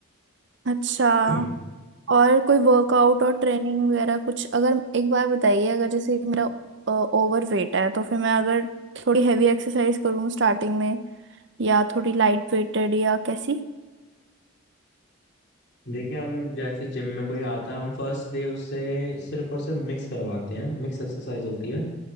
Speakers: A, on the right; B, on the left.
A: अच्छा
B: से
A: और कोई वर्कआउट और ट्रेनिंग वगैरह कुछ अगर एक बार बताइए अगर जैसे मेरा ओवर वेट है तो फिर मैं अगर थोड़ी हैवी एक्सरसाइज करूँ स्टार्टिंग में या थोड़ी लाइट वेटेड या कैसी
B: देखिए हम जैसे जिम में कोई आता है हम फर्स्ट डे उससे सिर्फ और सिर्फ मिक्स करवाते हैं मिक्स एक्सरसाइज होती है